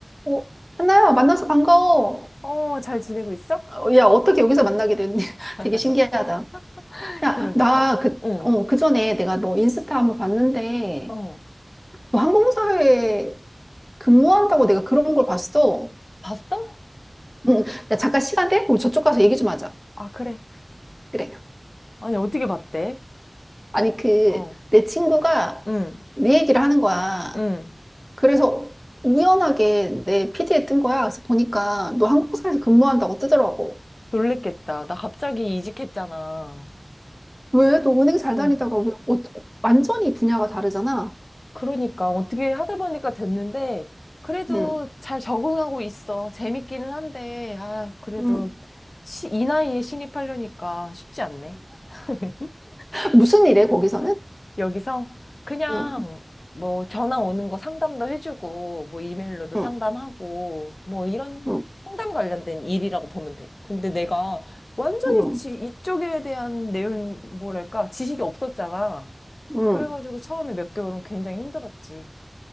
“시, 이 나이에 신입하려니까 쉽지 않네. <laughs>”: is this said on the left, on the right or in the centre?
Left